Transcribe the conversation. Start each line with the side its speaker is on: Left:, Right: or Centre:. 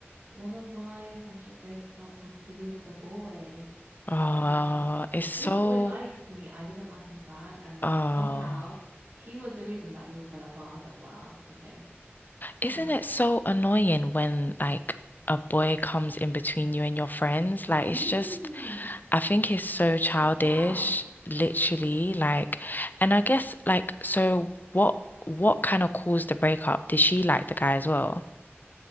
Right: One of my friendship breakups was to do with a boy.
Left: Oh,
Right: Now,
Left: it's so
Right: this boy liked me. I didn't like him back. And
Left: Oh,
Right: somehow he was the reason that we all fell apart. I was like, wow, okay,
Left: isn't
Right: fair enough.
Left: it so annoying when like a boy comes in between you and your friends? Like
Right: Mm,
Left: it's just, I think it's so childish,
Right: like, get out.
Left: literally. Like, and I guess like, so what what kind of caused the breakup? Did she like the guy as well?